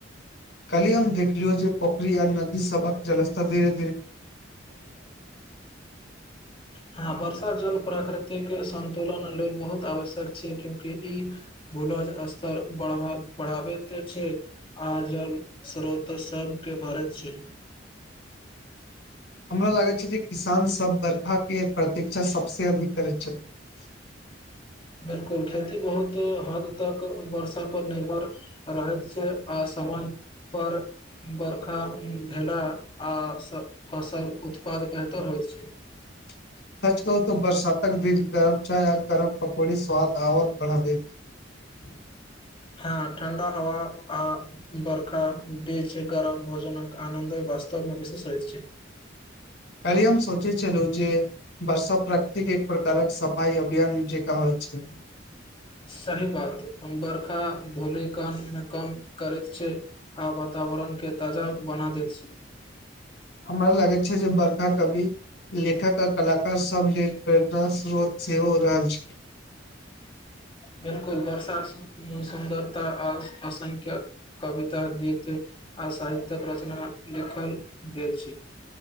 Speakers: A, on the left; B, on the left.
A: कली हम देखलियौ जे पोखरी आ नदी सबक जलस्तर धीर
B: हँ बर्षा जल प्राकृतिक संतुलन लेल बहुत आवश्यक छै क्यूंकि ई भूलज स्तर बढ़ाबैत छै आ जल स्रोत सबके भरत छै
A: हमरा लागैत छै जे किसान सब बर्खाक के प्रतीक्षा सबसे अधिक करैत छथिन <inaudible> <unintelligible>
B: बिल्कुल खेती बहुत हद तक वर्षा पर निर्भर रहैत छै आ समय पर बरखा भेला आ फसल उत्पन्न बेहतर होइ छै
A: <inaudible> <unintelligible> सच कहू त बरसातक दिन गरम चाय आ गरम पकौड़ी स्वाद आओर बढ़ा दे ह
B: हँ ठण्डा हवा आ बर्खा बीच गरम भोजनक आनन्दो बस र्तमे विस स होैैत छी
A: <inaudible> <unintelligible> काले हम सोचै छलू जे बर्षा प्राकृतिक एक प्रकारक सफाई अभियान जेका होय अछा
B: सही बात हम बर्खा धोल क मे कम करैत छै आ बता वातावरण के ताजा बना दैत
A: हमरा लागैत छै जे बरका कभी लेखक आ कलाकार सभ लेल प्रेरणा स्रोत सेहो रहल छै
B: बिलकुल बरसात सुन्दरता आ असंख्य कविता गीत आ साहित्य्यक रचना लिखल गेल छी